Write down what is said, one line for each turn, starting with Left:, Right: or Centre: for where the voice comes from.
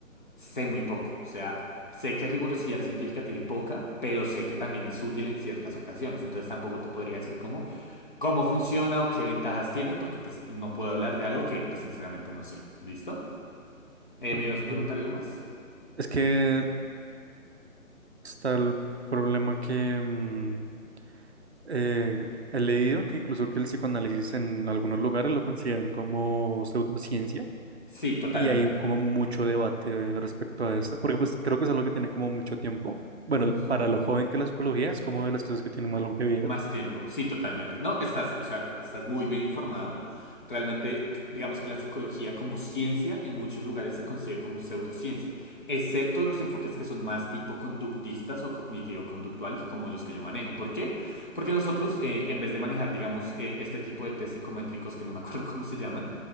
Left: sé muy poco. O sea, sé que rigurosidad científica tiene poca, pero sé que también es útil en ciertas ocasiones. Entonces tampoco te podría decir cómo, cómo funciona o qué ventajas tiene, porque pues no puedo hablar de algo que pues sinceramente no sé. ¿Listo? Eh,
Right: ok.
Left: ¿me ibas a preguntar algo más?
Right: Es que está el problema que mm, eh, he leído que incluso que el psicoanálisis en algunos lugares lo consideran como pseudociencia
Left: Sí, totalmente.
Right: y hay como mucho debate respecto a esto, porque pues creo que es algo que tiene como mucho tiempo. Bueno,
Left: Ujú.
Right: para lo joven que la psicología es como de las cosas que tiene más longevidad.
Left: Más tiempo, sí, totalmente. No, estás, o sea, estás muy bien informado. Realmente, digamos que la psicología como ciencia en muchos lugares se considera como pseudociencia, excepto los enfoques que son más tipo conductistas o cognitivo-conductual, como los que yo manejo. ¿Por qué? Porque nosotros, eh, en vez de manejar, digamos, eh, este tipo de test psicométricos que no me acuerdo <laughs> cómo se llaman,